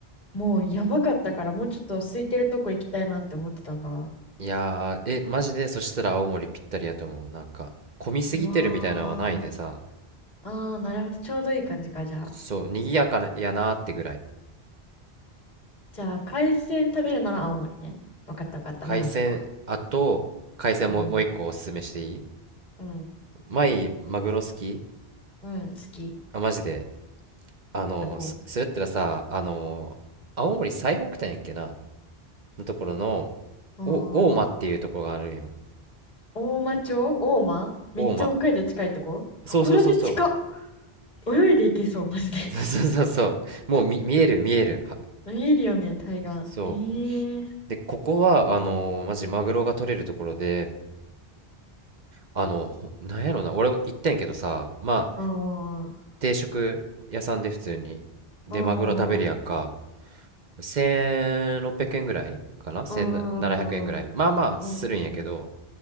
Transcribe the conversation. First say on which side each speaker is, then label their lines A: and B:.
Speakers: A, on the left; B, on the right.
A: もうやばかったから、もうちょっと空いてるとこ行きたいなって思ってたんだ。
B: いやー、え、マジで、そしたら青森ぴったりやと思う。なんか、混みすぎてるみたいなのはないでさ、
A: うわー。ああなるほどちょうどいい感じかじゃあ
B: そう、賑やかな、やなーってぐらい。
A: じゃあ海鮮食べるなら青森ね分かった分かったメモしとくわ
B: 海鮮、あと、海鮮も、
A: うん
B: もう一個おすすめしていい
A: うん
B: 前、マグロ好き
A: うん好き
B: あ、マジで。あの、
A: どこ
B: す、それやったらさ、あの、青森最北端やっけなのところの、
A: ああ
B: お、大間っていうところがあるんよ。
A: 大町大間めっちゃ北海道近いとこ函館近
B: 大間。そうそうそうそ
A: 泳いで行けそうマジで
B: う。<laughs> そうそうそうそう。もう見、見える見える。は
A: 見えるよね海岸えへ
B: そう。で、ここは、あのー、マジマグロが取れるところで、あの、ほなんやろな。俺行ったんやけどさ、まあ、
A: うんうん
B: 定食屋さんで普通に。で、
A: うんうん
B: マグロ食べるやんか。1600円ぐらいかな ?1700
A: うんうん
B: 円ぐらい。まあまあするんやけど、
A: うんうんうん